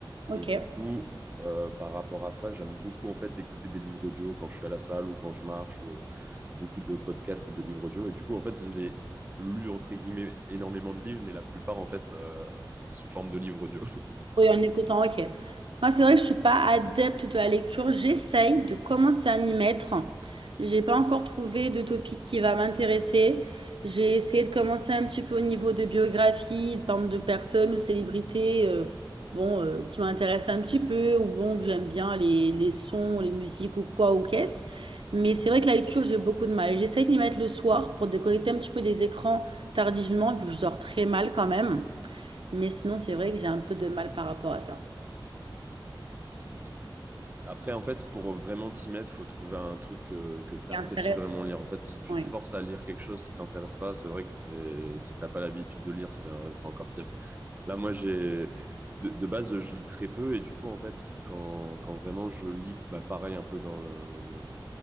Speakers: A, on the right (about 80°); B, on the right (about 20°).
A: Ok.
B: Et du coup, euh, par rapport à ça, j'aime beaucoup en fait écouter des livres audio quand je suis à la salle ou quand je marche, ou beaucoup de podcasts et de livres audio. Et du coup, en fait, j'ai lu entre guillemets énormément de livres, mais la plupart en fait euh, sous forme de livres audio.
A: Oui, en écoutant, ok. Moi, c'est vrai que je suis pas adepte de la lecture. J'essaye de commencer à m'y mettre. J'ai pas encore trouvé de topic qui va m'intéresser. J'ai essayé de commencer un petit peu au niveau de biographie, par exemple de personnes ou célébrités, euh, bon, euh, qui m'intéressent un petit peu, ou bon, que j'aime bien les, les sons, les musiques ou quoi, ou qu'est-ce. Mais c'est vrai que la lecture, j'ai beaucoup de mal. J'essaye de m'y mettre le soir pour déconnecter un petit peu des écrans tardivement, vu que je dors très mal quand même. Mais sinon, c'est vrai que j'ai un peu de mal par rapport à ça.
B: <laughs> Et Après, en fait, pour vraiment t'y mettre, faut trouver un truc que, que t'apprécies
A: C'est intéressant,
B: vraiment lire. En fait, si tu
A: oui.
B: te forces à lire quelque chose qui t'intéresse pas, c'est vrai que c'est si t'as pas l'habitude de lire, c'est euh, c'est encore pire. Là, moi, j'ai de, de base, je lis très peu et du coup, en fait, quand, quand vraiment je lis, bah, pareil, un peu dans le,